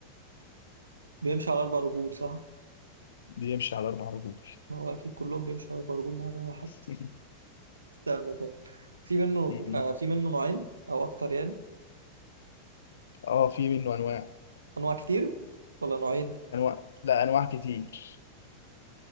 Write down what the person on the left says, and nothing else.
بيمشي على اربع رجول
<laughs>
مم.
اه في منه انواع
انواع لا انواع كتير